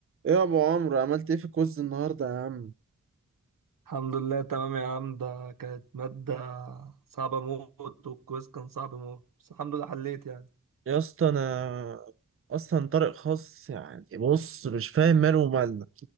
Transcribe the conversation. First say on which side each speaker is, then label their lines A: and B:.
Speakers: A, on the right; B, on the right.
A: ايه يا ابو عمرو عملت ايه في الكوز النهارده يا عم
B: الحمد لله تمام يا عم ده كانت مادة صعبة موت والكويز كان صعب موت بس الحمد لله حليت يعني
A: يا اسطى انا اصلا طارق خاص يعني بص مش فاهم ماله ومالنا